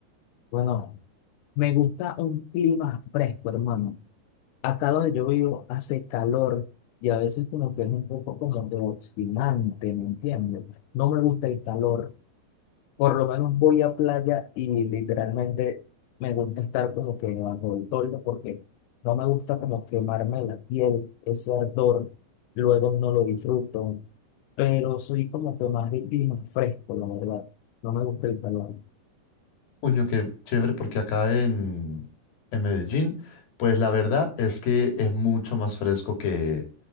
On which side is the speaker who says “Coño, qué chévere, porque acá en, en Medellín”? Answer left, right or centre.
Left